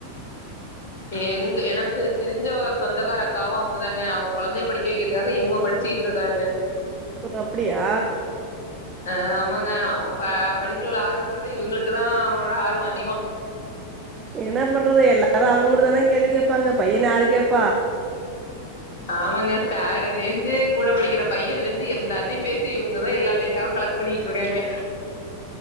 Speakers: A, on the left; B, on the right.
A: எங்க எனக்கு தெரிஞ்ச சொந்தக்கார அக்காவு அப்டிதாங்க அவுங்க கொழந்தைய படிக்க வக்கிறதுக்காக இவுங்க படு ச்சிட்டு இருக்காங்க
B: ஓ அப்புடியா
A: அ ஆமாங்க அவ படிப்புல உள்ள ஆர்வத்தோட இவுங்களுக்கு தா அவனோட ஆர்வொ அதிகொ
B: என்ன பண்றது எல்லாரு அவுங்களதானா கேள்வி கேப்பாங்க பையன யாரு கேட்பா
A: ஆமாங்க சாருல இருந்து கூட படிக்கிற பையன்ல இருந்து எல்லார்ட்டயு பேசி இவுங்கதா எல்லா டேட் டாவு கலெக்ட் பண்ணிட்டு இருக்காங்க